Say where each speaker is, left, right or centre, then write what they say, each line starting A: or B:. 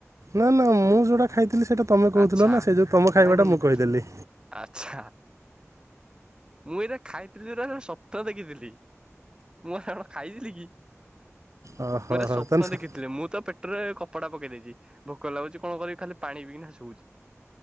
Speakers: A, on the right; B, on the right.
A: ନା ନା ମୁଁ ଯୋଉଟା ଖାଇଥି ସେଇଟା ତୁମେ କହୁଥିଲ
B: ଆଚ୍ଛା
A: ନା ସେ ଯେଉଁ ତମେ ଖାଇବାଟା
B: ନାଇଁ ନାଇଁ
A: ମୁଁ କହିଦେଲି।
B: ଆଚ୍ଛା ମୁଁ ଏଇଟା ଖାଇଥିଲି ରା ରା ସ୍ୱପ୍ନ ଦେଖିଦେଲି। ମୁଁ ସାଙ୍ଗ ଖାଇ ଦେଇଥିଲି କି।
A: ଓହୋ
B: ପୁରା
A: ହୋ
B: ସ୍ୱପ୍ନ
A: ତାହେଲେ ସ-
B: ଦେଖିଥିଲେ। ମୁଁ ତ ପେଟରେ କପଡା ପକେଇ ଦେଇଛି। ଭୋକ ଲାଗୁଛି କଣ କରିବି ଖାଲି ପାଣି ପଇକିିନା ଶୋଉଛି।